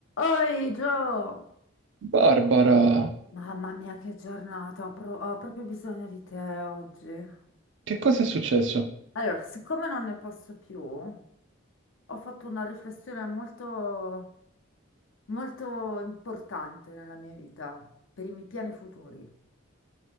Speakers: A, on the left; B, on the right.
A: Oi Gio!
B: Barbara,
A: Mamma mia che giornata, ho, pro- ho proprio bisogno di te oggi.
B: che cosa è successo?
A: Allora, siccome non ne posso più, ho fatto una riflessione molto, molto importante nella mia vita, per i miei piani futuri.